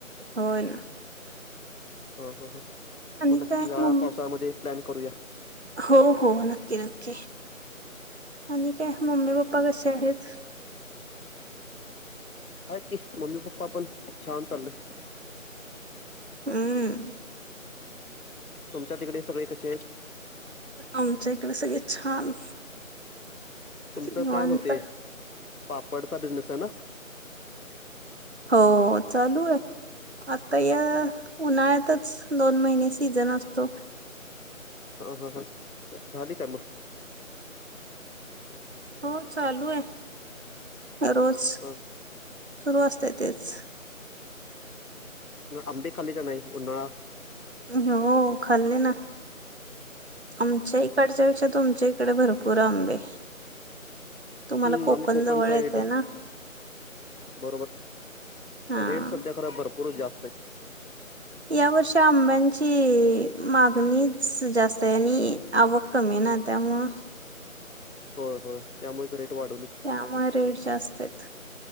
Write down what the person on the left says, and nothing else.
हं, हं, हं.
मग नक्की
ह्या
पावसाळमध्ये प्लॅन करूया.
हायत की. मम्मी, पप्पा पण छान चाललंय.
तुमच्या तिकडे सगळे कसे आहेत
तुमचं
काय मत हे पापडचा बिझनेस आहे ना?
हा, हा, हा. झाली का मग?
ह
आंबे खाले काय नाही? उन्हाळा
हम्म
आम्ही कोकणसाईड
बरोबर.
रेट सध्या खर भर पुर जास्त आहेत.
होय, होय त्यामुळेच रेट वाढवलेत